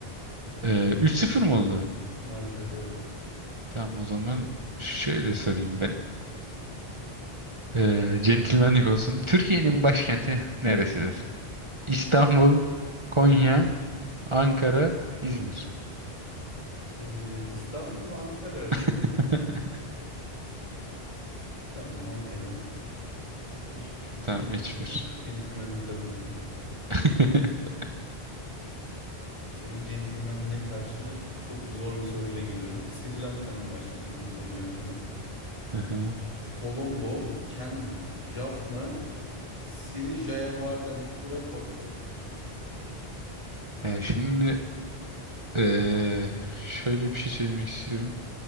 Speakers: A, on the right; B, on the left.
A: Ee, 3-0 mı oldu?
B: Maalesef evet.
A: Tamam o zaman şöyle sorayım ben. Ee, centilmenlik olsun. Türkiye'nin başkenti neresidir? İstanbul, Konya, Ankara, İzmir.
B: Ee, İstanbul'la Ankara arasındayım.
A: <laughs>
B: Tamam Ankara. Teşekkür-
A: Tamam
B: Teşekkürler.
A: hiçbir.
B: Centilmenlik kazandı.
A: <laughs>
B: Senin centilmenliğe karşı çok zor bir soruyla geliyorum. Sri Lanka'nın başkentini soracağım sana.
A: Aha.
B: Colombo, Kendi, Jaffna, Sri Jayawardenepura Kotte.
A: Ee, şimdi ee, şöyle bir şey söylemek istiyorum.